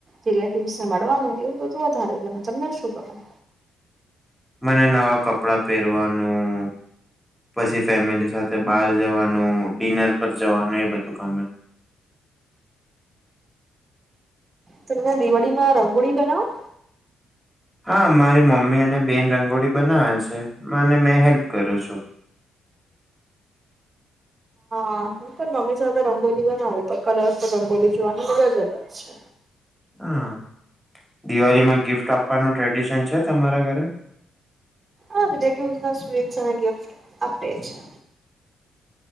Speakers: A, on the right; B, in the centre.
A: રિલેટિવ્સને મળવાનું, એવું બધું વધારે ગમે. તમને શું ગમે?
B: મને નવા કપડાં પેરવાનું. પછી ફેમિલી સાથે બાર જવાનું, ડિનર પર જવાનું એ બધું ગમે.
A: તમને દિવાળીમાં રંગોળી બનાવે?
B: હા, મારી મમ્મી અને બેન રંગોળી બનાવે છે, મને મેં હેલ્પ કરું છું.
A: હા, હું પણ મમ્મી સાથે રંગોલી બનાવું, કલર્સ તો રંગોલી જોવાની મજા જ અલગ છે.
B: હા, દિવાળીમાં ગિફ્ટ આપવાનું ટ્રેડિશન છે તમારા ઘરે?
A: હા, રિલેટિવ્સ ને સ્વીટ્સ અને ગિફ્ટ્સ આપે છે.